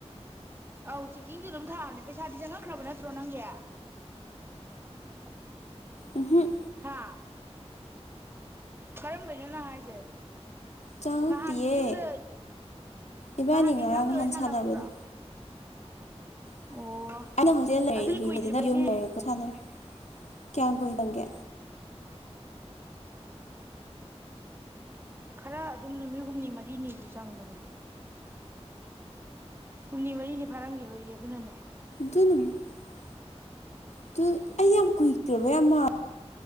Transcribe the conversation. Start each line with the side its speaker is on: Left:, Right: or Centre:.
Right: ꯑꯧ ꯆꯦꯛꯀꯤꯡꯗꯤ ꯑꯗꯨꯝ ꯊꯥꯕꯅꯦ ꯄꯩꯁꯥꯗꯤ ꯆꯪꯉꯛꯈ꯭ꯔꯕ ꯅꯠꯇ꯭ꯔꯣ ꯅꯪꯒꯤ
Left: ꯎꯝꯍꯨꯝ
Right: ꯍꯥ ꯀꯔꯝꯕꯩꯅꯣ ꯅꯪ ꯍꯥꯏꯁꯦ
Left: ꯆꯪꯉꯛꯇꯤꯌꯦ
Right: ꯅꯍꯥꯟ ꯌꯨꯝꯗ
Left: ꯏꯕꯥꯅꯤ
Right: ꯅꯍꯥꯟ ꯑꯦꯛꯖꯥꯝ
Left: ꯉꯔꯥꯡ
Right: ꯂꯣꯏꯔ
Left: ꯅꯍꯥꯟ
Right: ꯁꯥꯟꯅꯕꯗꯨꯔꯣ
Left: ꯁꯥꯟꯅꯕꯗꯣ <unintelligible>
Right: ꯑꯣ ꯑꯗꯨꯗꯤ ꯀꯨꯏꯗ꯭ꯔꯤꯕꯩꯅꯦ
Left: ꯀꯌꯥꯝ ꯀꯨꯏ ꯇꯧꯒꯦ
Right: ꯈꯔ ꯑꯗꯨꯝ ꯅꯨꯃꯤꯠ ꯍꯨꯝꯅꯤ ꯃꯔꯤꯅꯤꯗꯤ ꯆꯪꯕꯅꯦ ꯍꯨꯝꯅꯤ ꯃꯔꯤꯅꯤ ꯐꯥꯔꯝꯈꯤꯔꯣꯏꯌꯦ ꯑꯗꯨꯅꯅꯦ
Left: <unintelligible> ꯑꯗꯨ ꯑꯩ ꯌꯥꯝ ꯀꯨꯏꯈ꯭ꯔꯕ ꯌꯥꯝ ꯃꯥꯜꯂꯦ